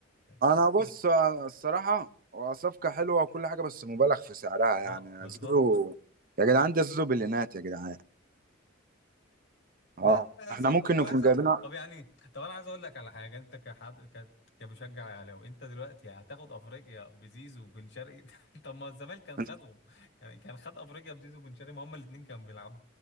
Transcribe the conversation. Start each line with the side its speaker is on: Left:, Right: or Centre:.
Right: انا
Left: صفقة
Right: بص أنا الصراحه هو صفقه حلوه وكل حاجه بس مبالغ في سعرها يعني
Left: اه بالظبط
Right: زيرو يا جدعان ده زيرو بليونات يا جدعان اه
Left: لا لا،
Right: احنا
Left: صفقة
Right: ممكن
Left: كويسة
Right: نكون جايبينها
Left: طب يعني طب انا عايز اقول لك على حاجة انت كحد ك... كمشجع اهلاوي انت دلوقتي هتاخد افريقيا بزيزو وبن شرقي <laughs> طب ما الزمالك كان خدهم
Right: انت
Left: كان كان خد افريقيا بزيزو وبن شرقي ما هما الاثنين كانوا بيلعبوا